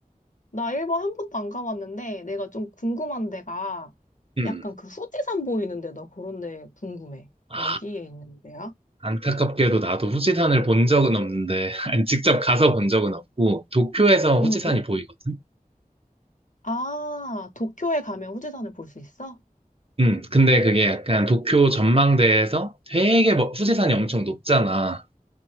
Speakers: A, on the left (about 60°); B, on the right (about 40°).
A: 나 일본 한 번도 안 가봤는데 내가 좀 궁금한 데가
B: 음.
A: 약간 그 후지산 보이는데 나 그런 데 궁금해.
B: 아,
A: 어디에 있는 데야?
B: 안타깝게도 나도 후지산을 본 적은 없는데, <laughs> 아니, 직접 가서 본 적은 없고, 도쿄에서
A: 음,
B: 후지산이
A: 음.
B: 보이거든?
A: 아, 도쿄에 가면 후지산을 볼 수 있어?
B: 음, 근데 그게 약간 도쿄 전망대에서 되게 멋- 후지산이 엄청 높잖아.